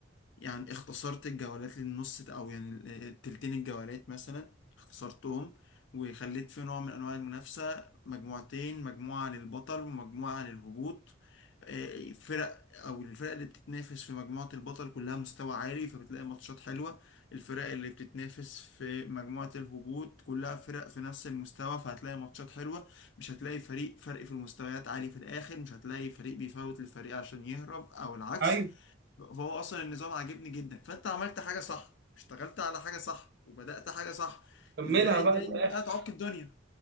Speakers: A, on the left (about 65°); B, on the right (about 55°).
A: يعني اختصرت الجولات للنص او يعني ال- التلتين الجولات مثلا اختصرتهم وخليت في نوع من انواع المنافسة مجموعتين مجموعة للبطل ومجموعة للهبوط آه، فرق او الفرق اللي بتتنافس في مجموعة البطل كلها مستوى عالي فبتلاقي ماتشات حلوة الفرق اللي بتتنافس في مجموعة الهبوط كلها فرق في نفس المستوى فهتلاقي ماتشات حلوة مش هتلاقي فريق فرق في المستويات عالي في الاخر مش هتلاقي فريق بيفوت للفريق عشان يهرب او العكس
B: ايوه
A: فهو اصلا النظام عاجبني جدا فانت عملت حاجه صح اشتغلت على حاجه صح وبدات حاجه صح
B: كملها
A: ازاي
B: بقى
A: جاي
B: للاخر
A: بقى تعك دنيا